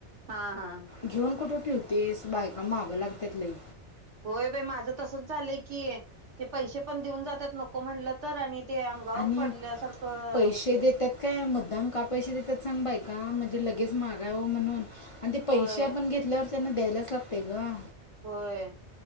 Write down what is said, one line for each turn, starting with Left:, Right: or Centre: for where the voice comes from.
Right: हा हा
Left: घिऊन कुट ठिवतीस बायका माग लागत्यात लय
Right: होय बाई माझं तसंच झालय की ते पैशे पण देऊन जात्यात नको म्हणल तर आणि ते अंगावर
Left: आणि
Right: पडल्यासारखं
Left: पैसे
Right: होतय
Left: देतात काय मुद्दाम का पैशे देत्यात सांग बायका म्हजे लगेच मागावं म्हणून आनी ते पैशे
Right: होय
Left: आपण घेतल्यावर त्यांना द्यायलाच लागतंय ग
Right: होय